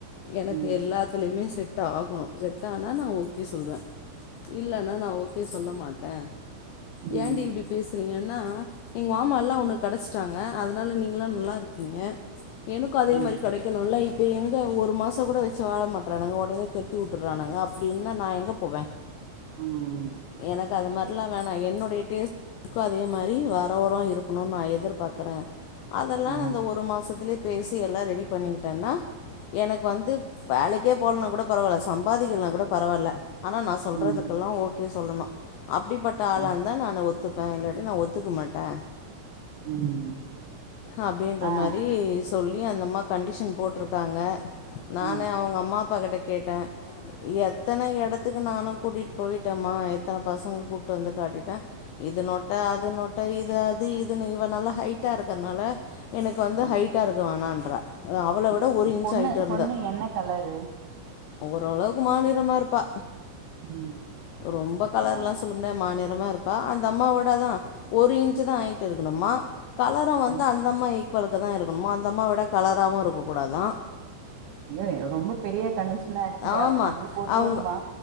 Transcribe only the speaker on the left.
எனக்கு
எல்லாத்துலயுமே செட் செட் ஆகணு செட் ஆனா நா ஓகே சொல்லுவே இல்லன்னா நா ஓ ஓகே சொல்ல மாட்டே
ஏண்டி இப்டி பேச ரீங்கன்னா எங்க மாமா எல்லா உனக்கு கெடச்சிட்டாங்க அதனால நீங்க எல்லா நல்லா இருக்கீங்க எனக்கு அதே
மாரி
கெடைக்கணுல்ல இப்போ எங்கே ஒரு மாசோ கூட வெச்சு வாழ மாட்றானுங்க ஒடனே தொரத்தி விட்டுறானுங்க அப்டின்னா நா எங்கே போவே
எனக்கு அது மாரில்லா
வேணா என்னுடைய டேஸ்ட் க்கு அதே மாரி வரவரு இருக்கணுனு நா எதிர்பாக்கறே அதெல்லா
அந்த ஒரு மாசத்துலயே பேசி எல்லா ரெடி பண்ணிக்கிட்டேன்னா எனக்கு வந்து வேலைக்கே போகலன்னா கூட பரவாயில்ல சம்பாதிக்கலன்னா கூட பரவாயில்ல ஆனா நா சொல்றதுக்கெல்லா
ஓகே சொல்லணு அப்டிப்பட்ட ஆளாக
இருந்தா நானு ஒ துதுப்பே இல்லாட்டி நா ஒத்துக்க மாட்டே
அப்டின்ற
மாரி சொல்லி அந்த அம்மா கண்டிஷன் போட்டிருக்காங்க நானு
அவங்க அம்மா அப்பா கிட்ட கேட்டே எத்தன எடத்துக்கு நானு கூட்டிட்டு போயிட்டேம்மா எத்தன பசங்க கூட்டு வந்து காட்டிட்டே இது நொட்ட அது நொட்ட இது அது இது இவ நல்லா ஹைட்டா இருக் இருக்கறனால எனக்கு வந்து
ஹைட்டா இருக்கு வேணான்றா அவள
விட ஒரு இன்ச்
ஹயிட்டா இருந்தா
ஓரளவுக்கு மாநிறமா இருப்பா
ரொம்ப
கலர்ல்லா சொல்ல மாநிறமா இருப்பா அந்த அம்மாவ விட தா ஒரு இன்ச் தா ஹயிட் இருக்கணுமா கலர் கலரு வந்து
அந்த அம்மா ஈக்குவலுக்கு தா இருக்கணுமா அந்த அம்மா விட கலராவு இருக்க கூடாதா
ஆமாம்
அவங்க